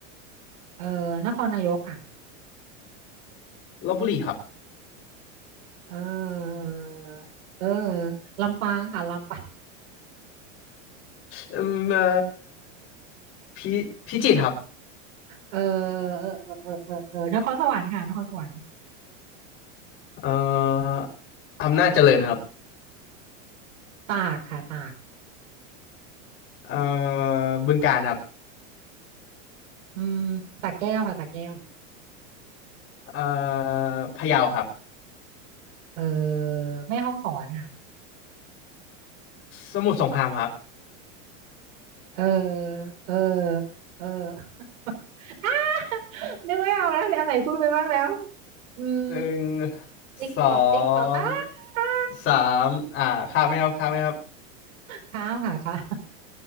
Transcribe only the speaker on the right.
เออนครนายกค่ะ
เออเออลำปางค่ะลำปาง
เออเออเออเออเออเออนครสวรรค์ค่ะนครสวรรค์
ตากค่ะตาก
อืมสระแก้วค่ะสระแก้ว
เออแม่ห้องสอนค่ะ
เออเออเออ <laughs> อ้านึกไม่ออกแล้วอันไหนพูดไปบ้างแล้วอืม
ติ๊กตอกติ๊กตอกอ้า
อ้า
ค้ามค่ะค้าม